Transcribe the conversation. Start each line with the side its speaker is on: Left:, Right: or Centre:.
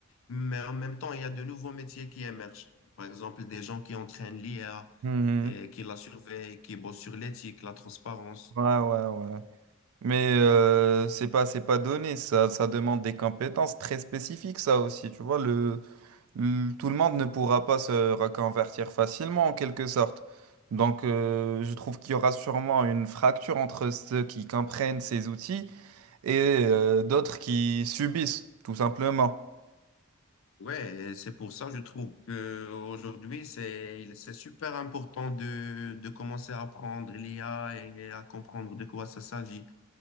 Left: Mais en même temps, il y a de nouveaux métiers qui émergent. Par exemple, des gens qui entraînent l'IA
Right: Mhm.
Left: et qui la surveillent, qui bossent sur l'éthique, la transparence.
Right: Ouais, ouais, ouais. Mais euh, c'est pas, c'est pas donné, ça, ça demande des compétences très spécifiques, ça aussi, tu vois, le, le- tout le monde ne pourra pas se reconvertir facilement, en quelque sorte. Donc, euh, je trouve qu'il y aura sûrement une fracture entre ceux qui comprennent ces outils et euh, d'autres qui subissent, tout simplement.
Left: Ouais, et c'est pour ça que je trouve que aujourd'hui c'est il- c'est super important de, de commencer à apprendre l'IA et à comprendre de quoi ça s'agit